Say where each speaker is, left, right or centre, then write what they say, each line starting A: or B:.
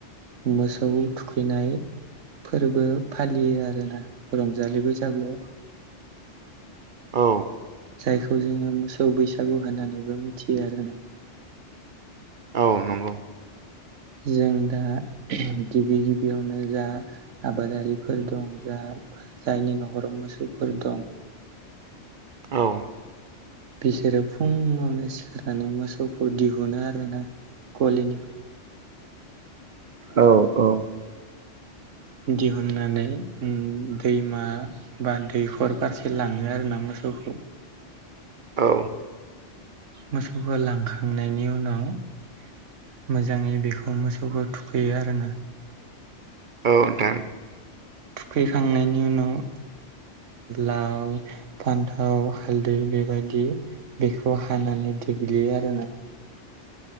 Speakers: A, on the right; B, on the right.
A: मोसौ थुखैनाय फोरबो फालियो आरोना रंजालि बैसागुआव।
B: औ।
A: जायखौ जोङो मोसौ बैसागु होननानैबो मिथियो आरोना।
B: औ नंगौ।
A: जों दा गिबि गिबियावनो जा आबादारिफोर दं जा जायनि नखराव मोसौफोर दं।
B: औ।
A: बिसोरो फुङावनो सिखारनानै मोसौखौ दिहुनो आरोना। गलिनि
B: औ औ।
A: दिहुननानै दैमा बा दैखर फारसे लाङो आरोना मोसौखौ।
B: औ।
A: मोसौखौ लांखांनायनि उनाव मोजाङै बेखौ मोसौखौ थुखैयो आरोना।
B: औ नोंथां।
A: थुखैखांनायनि उनाव लाव फान्थाव हालदै बेबायदि बेखौ हानानै देग्लियो आरोना